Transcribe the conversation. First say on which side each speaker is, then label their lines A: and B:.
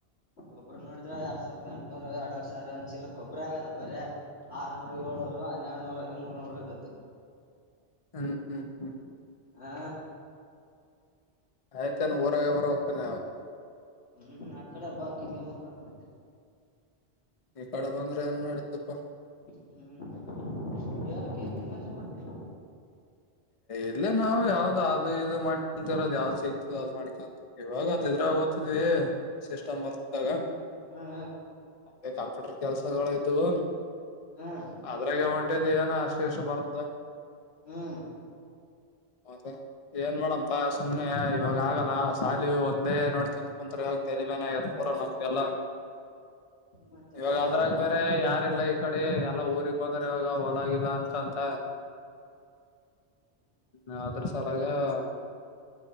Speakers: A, on the left (about 80°); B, on the left (about 40°).
A: ಗಬ್ರು ನೋಡಿದ್ರೆ ಎರಡ್ ಸಾವಿದ ಎಂಟನೂರು ಎರಡುಡ್ ಸಾವಿರ ಅಂಚಿಲಿಕ್ೊಬ್ಬ್ರ ಆಗ್ಯದ ಬರೀ ಆರ್ನೂರು ಏಳ್ನೂರು ಎರಡು ನೂರ ಹದಿಮರ್ ನೂರ ಅದ
B: ಹ್ಮ್ ಹ್ಮ್ ಹ್ಮ್
A: ಹಾ
B: ಆಯ್ತಾನ ಊರಾಗ ಬರ ಹೋಗ್ತಾನೆ ಅವ
A: ಹ್ಮ್ ಆ ಕಡೆ ಬಾ ಕಿರ್ಕಮ್ಮಕೊಂಡಿದ್ದೆ
B: ಈ ಕಡೆ ಬಂದ್ರೆ ಏನ್ ನಡತಪ್ಪ
A: ಹ್ಮ್ ಮಾಡ್ತಿ
B: ಇಲ್ಲ ನಾವು ಯಾವ್ದ್ ಅದು ಇದು ಮಾಡ್ಕೊಂತರೋದ್ ಯಾವ್ದ್ ಸಿಗ್ತದ ಅದ್ ಮಾಡ್ಕ ಇವಾಗ ಅದ ಇದ್ರಾಗ ಓ್ತಿದ್ವಿ ಸಿಸ್ಟಮ್ ಬರ್ತಾಗ
A: ಹ್ಮ್
B: ಮತ್ತೆ ಕಂಪ್ಯೂಟರ್ ಕೆಲ್ಸಗಳ ಇದವು
A: ಹ್ಮ್ ಹ್ಮ್
B: ಅದ್ರಾಗ ಹೊಂಟಿದ ಏನ ಅಷ್ಟು ಎಷ್ಟು ಬರ್ತ
A: ಹ್ಮ್
B: ಮದೆ ಏನ್ ಮಾಡೇಡಂಪಾ ಸುಮನೆ ಇವಾಗ ಆಗಲ್ಲ ಶಾಲಿ ಒಂದೇ ನೋಡ್ಕಂತ ಕುಂತ್್ರ ಇವಾಗ ತೆಲಿವೆೇನ ಆಗತ್ ಪೂರ ನಮ್ಗೆಲ್ಲ
A: ಮತ್ತ
B: ಇವಾಗ ಅದ್ರಾಗ
A: ಅದ
B: ಬೇರೆ ಯಾರಿಲ್ಲ ಈ ಕಡೆ ಎಲ್ಲಾ ಊಗ್ ಬಂದ್ರ ಇವಾಗ ಹೊಲಗಲ್ಲ ಅನ್ಕಂತ ಹ್ಮ್ ಅ್ರ ಸಲಾಗಾಗ